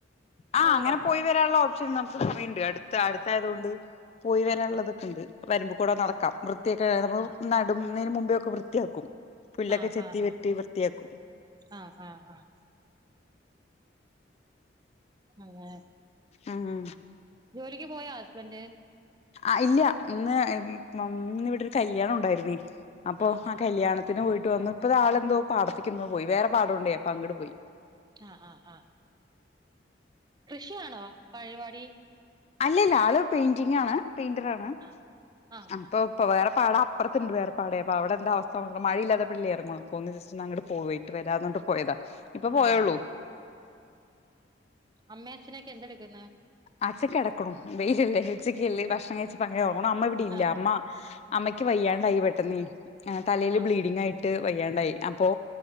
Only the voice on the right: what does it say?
റോഡുണ്ടോ
ആഹ് ആഹ്
ആഹ്
ആഹ്
ആഹ് ആഹ്
ആഹ് ആഹ് ആഹ് ഉം അങ്ങനെ
ജോലിക്ക് പോയാ ഹസ്ബന്ഡ്
ആഹ് ആഹ്
അഹ് ആഹ് അഹ് കൃഷിയാണോ പഴിവാടി
ആഹ് ആഹ്
ആഹ്
ആഹ് അമ്മേ അച്ഛനൊക്കെ എന്തെടുക്കുന്നെ
ആഹ്
ആഹ്